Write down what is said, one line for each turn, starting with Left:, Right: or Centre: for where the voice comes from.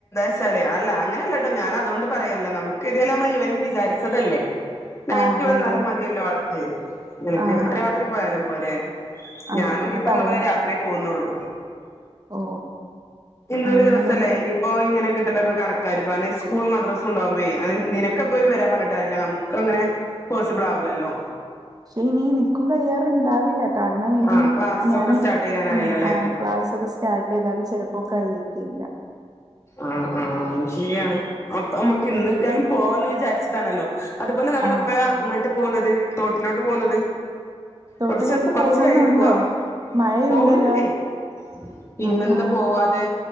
Left: ച്ചാലെ അല്ല അങ്ങനെ അല്ലട്ടോ ഞാൻ അതോണ്ട് പറയല്ല നമ്മ്ക്ക് ഏതയാലും നമ്മെൾ ഈവെനിംഗ് വിചാരിച്ചെത് അല്ലെ? നൈറ്റ്
Right: ആഹ് അതെ
Left: വന്നാലും
Right: അതെ
Left: മതിയല്ലോ ആൾക്ക് നിനെക്ക്
Right: ആഹ്
Left: രാത്രി പോയാലും പോരെ?
Right: ആഹ്
Left: ഞാനും
Right: അങ്ങനെ
Left: ഈ പർണ
Right: പറയണം
Left: പോലെ രാത്രിയെ പോവുന്നൊള്ളു
Right: ഓ
Left: ഇജ്ജ് ഇന്നൊരു
Right: അങ്ങനെയാണെന്നുണ്ടെ
Left: ദിവസം അല്ലെ ഇനിയിപ്പോ ഇഞ്ഞ് ഇങ്ങെനെ കിട്ടലൊക്കെ കണക്കായിരിക്കും അയെന്നെ സ്കൂളും മദ്രാസും ഇണ്ടാവുമ്പെയ് നിനെക്ക് എപ്പോഴും വെരാ പർണിട്ട് കാര്യം ഇല്ല നമുക്ക് അങ്ങനെ പോസിബിൾ ആവുലല്ലോ
Right: പക്ഷെ ഇനി നിക്കും കയ്യാർ ഇണ്ടാവില്ല കാരണം ഇനിയിം
Left: ആഹ് ക്ലാസ്സൊക്കെ
Right: ഞാന്
Left: സ്റ്റാർട്ട് ചെയ്യാനായല്ലോ
Right: ഉം
Left: അല്ലേ
Right: ആ ക്ലാ സ് ഒക്കെ സ്റ്റാർട്ട് ചെയ്താൽ ചെലപ്പോ കഴിയത്തില്ല.
Left: ആഹ് ആഹ് അയ് ശരിയാണ് അപ്പ അമ്മെക്ക് എന്ന് കിട്ടിയാലും പോവാന്ന് വിചാര്ച്ച്ട്ട് ആണല്ലോ അതുപോലെ നമ്മെൾ
Right: ആഹ്
Left: എപ്പഴാ അങ്ങെട്ട് പോവ്ന്നെത് തോട്ടിലോട്ട് പോവുന്നെത്?
Right: തോട്ടിലേക്ക്
Left: കൊറച്ച് കൊറച്ച്
Right: പോകുന്നുണ്ടോ
Left: കഴിഞ്ഞിട്ട് പോവാ
Right: മഴയുണ്ടല്ലോ
Left: പോവുന്ന് ഇണ്ടെയ് പിന്നെന്താ
Right: അപ്പൊ
Left: പോവാതെ